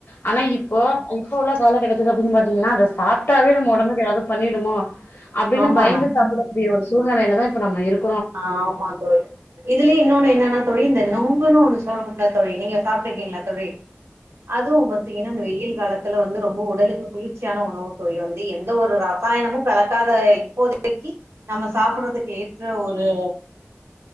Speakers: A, on the left; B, on the right.
A: ஆனா இப்போ இப்ப உள்ள கால கட்டத்த அப்டின்னு பாத்தீங்கனா வெஸ் சாப்ட்டாவே நம்ம ஒடம்புக்கு ஏதாது பண்ணிடுமோ அப்டின்னு
B: ஆமா
A: பயந்து சாப்டக்கூடிய ஒரு சூழ்நிலைலதா இப்ப நம்ம இருக்
B: ஆமா தோழி இதுலயு இன்னோனு என்னன்னா தோழி இந்த நொங் குனு ஒண்ணு சொல்வோமில்ல தோழி நீங்க சாப்ட்ருக்கிங்ளா தோழி? அதுவு பாத்திங்கன்னா இந்த வெய்யில் காலத் துல வந்து ரொம்ப உடலுக்கு குளிர்ச்சியான உணவு தோழி வந்து எந்த ஒரு ரசாயனமு கலக்காத இப்போதைக்கி நம்ம சாப்படறதுக் ஏத்த ஒரு <inaudible>